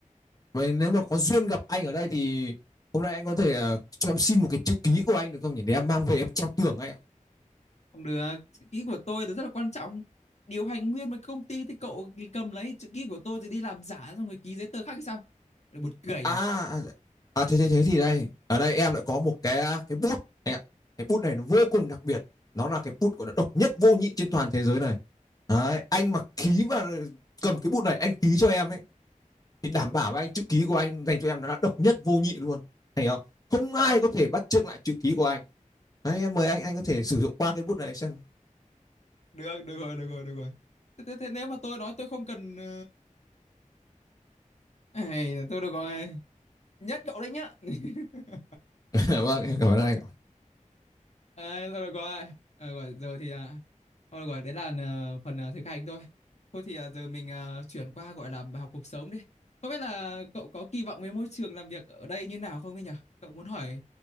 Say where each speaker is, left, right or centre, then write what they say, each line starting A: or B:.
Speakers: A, on the left; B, on the left.
A: Vậy nếu mà có duyên gặp anh ở đây thì hôm nay anh có thể ờ, cho em xin một cái chữ ký của anh được không nhỉ? Để em mang về em treo tường anh ạ.
B: không được, chữ ký của tôi là rất là quan trọng. Điều hành nguyên một công ty thì cậu cầm lấy chữ ký của tôi thì đi làm giả xong rồi ký giấy tờ khác hay sao? Buồn cười
A: À,
B: nhỉ.
A: à, à thế thế thế thì đây. Ở đây em lại có một cái à, cái bút anh ạ. Cái bút này nó vô cùng đặc biệt. Nó là cái bút của nó độc nhất vô nhị trên toàn thế giới này. Đấy, anh mà ký và cầm cái bút này anh ký cho em ấy thì đảm bảo với anh chữ ký của anh dành cho em nó là độc nhất vô nhị luôn. Thấy không? Không ai có thể bắt chước lại chữ ký của anh. Đấy, em mời anh anh có thể sử dụng qua cái bút này xem.
B: được được rồi được rồi được rồi thế, thế, thế nếu mà tôi nói tôi không cần ờ, ai là tôi được rồi nhất cậu đấy nhá <laughs>
A: <laughs> vâng, em cảm ơn anh.
B: à, tôi được rồi à, rồi giờ thì à, thôi được rồi đấy là ờ, phần ờ, thực hành thôi thôi thì ờ, giờ mình ờ, chuyển qua gọi là bài học cuộc sống đi không biết là cậu có kỳ vọng với môi trường làm việc ở đây như nào không ấy nhỉ cậu muốn hỏi